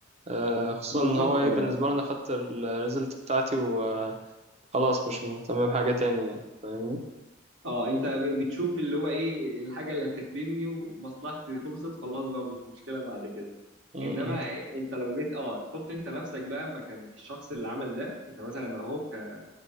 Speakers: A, on the right (about 30°); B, on the right (about 65°).
A: آه، خصوصا
B: بالظبط
A: ان هو ايه
B: اه
A: بالنسبه لي انا خدت الريزلت بتاعتي و- آه، وخلاص مش مهتم بحاجه تانية يعني فاهمني
B: اه انت ب- بتشوف اللي هو ايه الحاجه اللي هتخدمني ومصلحتي خلصت خلاص بقى مش مشكله بعد كده
A: امم
B: انما انت لو جيت اه تحط انت نفسك بقى مكان الشخص اللي عمل ده انت مثلا اهو ك-